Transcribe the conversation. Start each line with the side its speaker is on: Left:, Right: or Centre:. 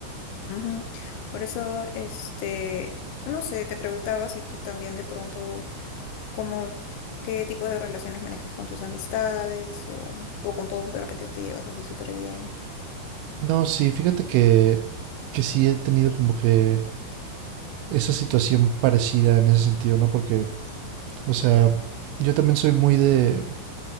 Left: Ujú. Por eso, este, no sé, te preguntaba si tú también de pronto, como, qué tipo de relaciones manejas con tus amistades o, o con todos de repente te llevas así súper bien.
Right: No, sí, fíjate que, que sí he tenido como que esa situación parecida en ese sentido, ¿no? Porque, o sea, yo también soy muy de,